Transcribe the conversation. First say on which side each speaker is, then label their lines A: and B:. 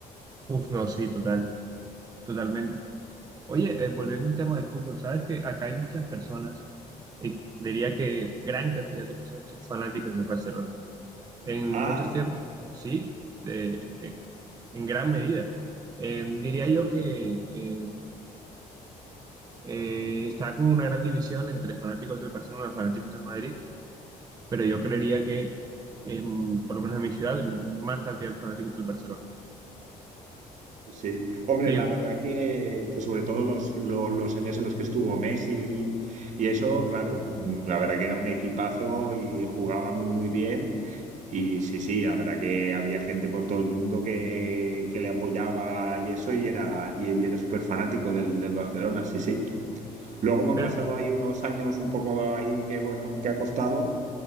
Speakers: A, on the right; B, on the right.
A: Uf, no, sí, total, totalmente. Oye, eh, volviendo al tema del fútbol, sabes que acá hay muchas personas, eh, diría que gran cantidad de personas que son fanáticas del Barcelona. En
B: Ah,
A: muchos tiempos, sí, eh, eh, en gran medida. Eh, diría
B: sí.
A: yo que eh, eh, está como una gran división entre fanáticos del Barcelona y fanáticos del Madrid pero yo creería que, em, por lo menos en mi ciudad, más cantidad de fanáticos del Barcelona.
B: Sí, hombre,
A: Sí,
B: la verdad que, que sobre todo los, lo- los años en los que estuvo Messi y eso, claro, mm, la verdad que era un equipazo y jugaba muy, muy bien. Y sí, sí, la verdad que había gente por todo el mundo que, que le apoyaba y eso, y era, y, y era súper fanático del, del Barcelona, sí, sí. Luego hemos
A: pero
B: pasado ahí unos años un poco ahí que, bueno, que ha costado.